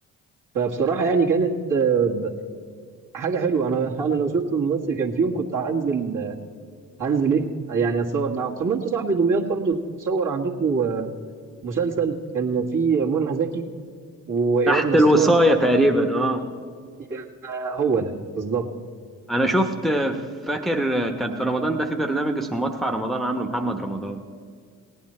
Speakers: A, on the right; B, in the centre.
A: فبصراحه يعني كانت آه، ب- حاجه حلوه انا <laughs> انا لو شفت ممثل كان فيهم كنت هنزل آه، هنزل ايه يعني اتصور معاهم طب ما انتوا صاحبي دمياط برضو تصور عندكم مسلسل كان فيه منى زكي واياد
B: تحت
A: نصار
B: الوصايه تقريبا اه
A: يا- هو ده بالظبط
B: انا شفت فاكر كان في رمضان ده في برنامج اسمه مدفع رمضان عامله محمد رمضان